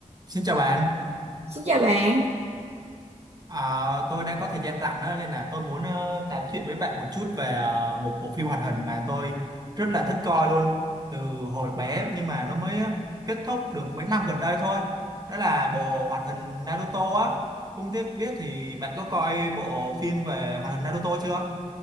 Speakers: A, on the right; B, on the right.
A: Xin chào bạn,
B: Xin chào bạn.
A: à, tôi đang có thời gian rảnh đó, nên là tôi muốn ờ, tám chuyện với bạn một chút về ờ, một bộ phim hoạt hình mà tôi rất là thích coi luôn từ hồi bé nhưng mà nó mới kết thúc được mấy năm gần đây thôi. Đó là bộ hoạt hình Naruto á. Không biết biết thì bạn có coi bộ phim về hoạt hình Naruto chưa?